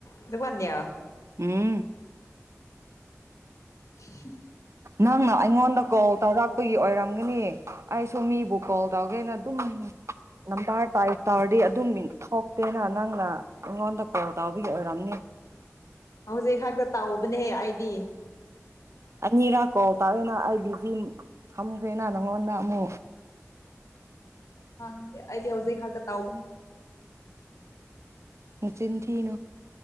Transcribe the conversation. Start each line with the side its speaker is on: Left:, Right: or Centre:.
Left: ꯫ ꯑꯗꯨ ꯐꯅꯤ꯫
Right: ꯎꯝ꯫
Left: ꯫
Right: ꯅꯪꯅ ꯑꯩꯉꯣꯟꯗ ꯀꯣꯜ ꯇꯧꯔꯛꯄꯒꯤ ꯑꯣꯏꯔꯝ꯫ ꯆꯪꯒꯅꯤ ꯑꯩꯁꯨ ꯃꯤꯕꯨ ꯀꯣꯜ ꯇꯧꯒꯦꯅ ꯑꯗꯨꯝ ꯅꯝꯕꯔ ꯇꯥꯏꯞ ꯇꯧꯔꯗꯤ ꯑꯗꯨꯝ ꯃꯤ ꯊꯣꯛꯇꯦꯅ ꯅꯪꯅ ꯑꯩꯉꯣꯟꯗ ꯀꯣꯜ ꯇꯧꯕꯒꯤ ꯑꯣꯏꯔꯝꯅꯤ꯫
Left: ꯍꯧꯖꯤꯛ ꯍꯥꯛꯇ ꯇꯥꯛꯎꯕꯅꯦꯍꯦ ꯑꯩꯗꯤ꯫
Right: ꯑꯅꯤꯔꯛ ꯀꯣꯜ ꯇꯥꯋꯤꯅ ꯑꯩꯗꯤ꯫ ꯊꯝꯈ꯭ꯔꯦꯅ ꯅꯉꯣꯟꯗ ꯑꯃꯨꯛ꯫
Left: ꯍꯪꯗꯦ ꯑꯩꯗꯤ ꯍꯧꯖꯤꯛ ꯈꯥꯛꯀ ꯇꯥꯎꯕꯅꯤ꯫
Right: ꯅꯆꯤꯟ ꯊꯤꯅꯣ